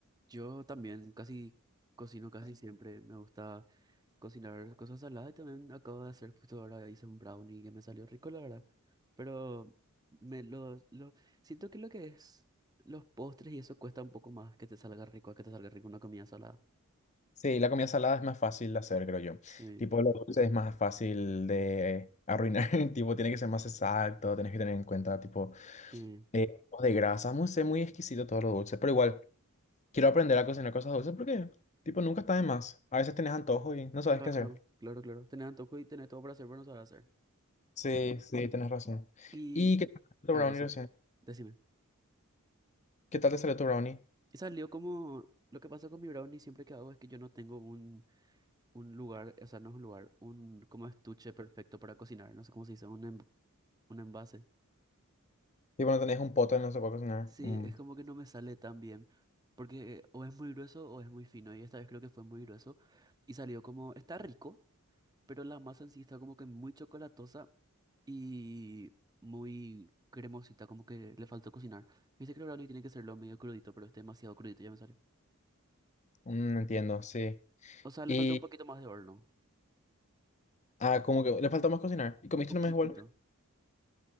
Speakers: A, on the right; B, on the left.
A: Yo también casi cocino casi siempre, me gusta cocinar cosas saladas y también acabo de hacer justo ahora hice un brownie que me salió rico, la verdad. Pero me lo, lo siento que lo que es los postres y eso cuesta un poco más que te salga rico, a que te salga rico una comida salada.
B: Sí, la comida salada es más fácil de hacer, creo yo.
A: Sí,
B: Tipo, lo dulce es más fácil de arruinar. <laughs> Tipo, tiene que ser más exacto, tenés que tener en cuenta, tipo,
A: sí,
B: eh, tipos de grasa. No sé, muy exquisito todo lo dulce, pero igual. Quiero aprender a cocinar cosas dulces porque, tipo, nunca está de más. A veces tenés antojo y no sabes
A: claro,
B: qué hacer.
A: claro, claro. Tenés antojo y tenés todo para hacer, pero no sabés hacer.
B: Sí, sí, tenés razón.
A: Y,
B: ¿Y qué tal te salió tu
A: a
B: brownie
A: ver, decime,
B: recién?
A: decime.
B: ¿Qué tal te salió tu brownie?
A: Y salió como, lo que pasa con mi brownie siempre que hago es que yo no tengo un, un lugar, o sea, no es un lugar, un como estuche perfecto para cocinar, no sé cómo se dice, un, env- un envase.
B: Tipo, no tenés un pote, no se puede cocinar.
A: Sí,
B: Un-
A: es como que no me sale tan bien, porque o es muy grueso o es muy fino, y esta vez creo que fue muy grueso, y salió como, está rico, pero la masa en sí está como que muy chocolatosa y muy cremosita, como que le faltó cocinar. Viste que el brownie tiene que serlo medio crudito, pero este demasiado crudito, ya me salió.
B: un- no entiendo, sí.
A: O sea, le
B: Y,
A: falta un poquito más de horno,
B: ah, como que le faltó más cocinar. Y comiste
A: un poquitito.
B: nomás igual.